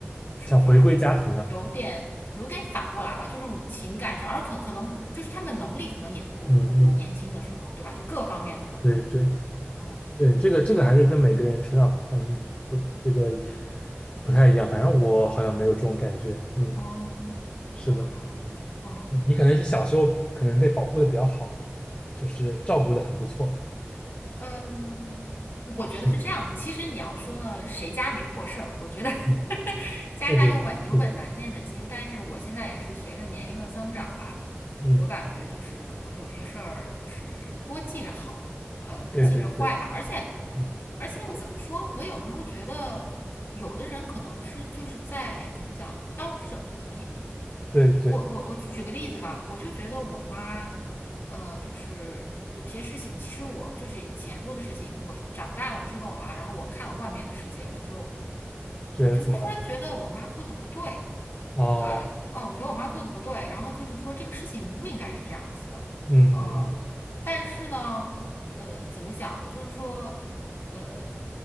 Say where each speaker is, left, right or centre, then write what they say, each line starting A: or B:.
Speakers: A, on the left; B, on the left.
A: 就是反而有点有点反过来吧，
B: 想回归家庭了。
A: 就这种情感上，而可可能就是他们能力可能也不如年轻的时候，
B: 嗯嗯，
A: 对吧？就各方面的能力，
B: 对对
A: 嗯，
B: 对，这个这个还是跟每个人成长环境不这个不太一样，反正我好像没有这种感觉。嗯，
A: 哦
B: 是的，
A: ，OK，嗯。
B: 嗯你可能是小时候可能被保护的比较好，就是照顾的很不错。
A: 嗯，我觉得是这样。
B: 是，
A: 其实你要说呢，谁家没破事儿？我觉得 <laughs>
B: 嗯，
A: 家家有本有本难念的经。
B: 对对对，是的，
A: 但是我现在也是随着年龄的增长吧，
B: 嗯，
A: 我感觉就是可能有些事儿就是多记着好，呃，不记着坏吧。
B: 对对对，
A: 而且
B: 嗯
A: 而且怎么说，我有时候觉得有的人可能是就是在怎么讲当局者迷。
B: 对对，
A: 我我我举个例子吧，我就觉得我妈。呃，就是有些事情，其实我就是以前做的事情，我长大了之后哈，然后我看了外面的世界，我就
B: 觉得怎么了？
A: 我就突然觉得我妈做的不对，
B: 哦，
A: 对，嗯，我觉得我妈做的不对，然后就是说这个事情不应该是这样子的，
B: 嗯嗯嗯，
A: 嗯，但是呢，呃，怎么讲，就是说，呃，